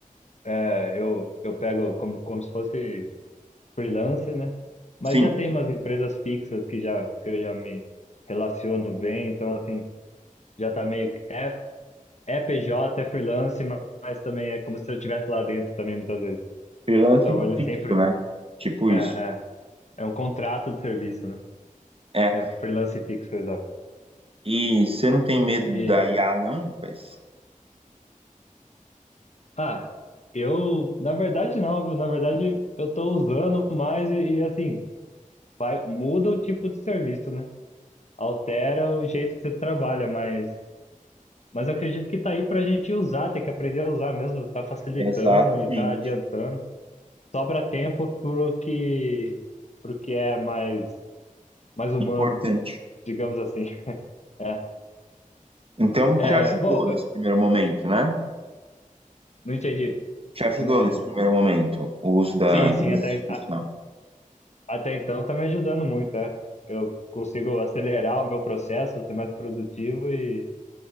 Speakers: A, on the left; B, on the right.
A: é, eu, eu pego como, como se fosse freelance, né? Mas
B: Sim,
A: já tem umas empresas fixas que já que eu já me relaciono bem, então assim, já tá meio que. É é PJ, é freelance, mas também é como se eu estivesse lá dentro também, muitas vezes.
B: freelancing
A: Então ele
B: fixo,
A: sempre
B: né? Tipo
A: é,
B: isso.
A: é, é um contrato de serviço, né?
B: É.
A: É freelance fixo, exato.
B: E você não tem medo
A: E,
B: da IA, não, rapaz?
A: ah, eu, na verdade não, viu? Na verdade eu tô usando mais e, e, assim, vai, muda o tipo de serviço, né? Altera o jeito que você trabalha, mas, mas eu acredito que tá aí pra gente usar, tem que aprender a usar mesmo, tá facilitando
B: Exatamente,
A: e tá adiantando. Sobra tempo pro que, pro que é mais mais humano,
B: importante.
A: digamos assim. <laughs> É.
B: Então
A: É,
B: te ajudou
A: bom,
B: nesse
A: eu
B: primeiro momento, né?
A: não entendi.
B: Te ajudou
A: Eu não entendi.
B: nesse primeiro momento o uso da
A: Sim,
B: inteligência
A: sim, até,
B: artificial.
A: a- até então tá me ajudando muito, é. Eu consigo acelerar o meu processo, ser mais produtivo e,